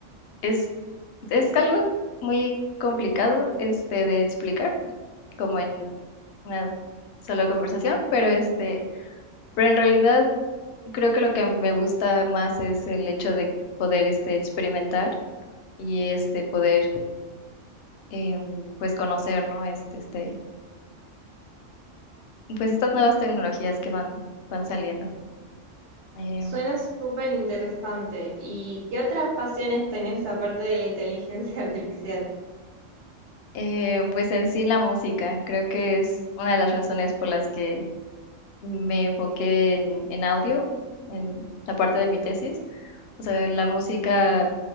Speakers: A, on the left (about 65°); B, on the right (about 65°).
A: Es, es algo muy complicado este, de explicar, como en una sola conversación, pero este, pero en realidad creo que lo que me gusta más es el hecho de poder este, experimentar y este poder em, pues conocer, ¿no? Este, este, pues estas nuevas tecnologías que van, van saliendo. Em,
B: Suena súper interesante. ¿Y qué otras pasiones tenés aparte de la inteligencia <laughs> artificial?
A: eh, pues en sí la música, creo que es una de las razones por las que me enfoqué en, en audio, en la parte de mi tesis. O sea, la música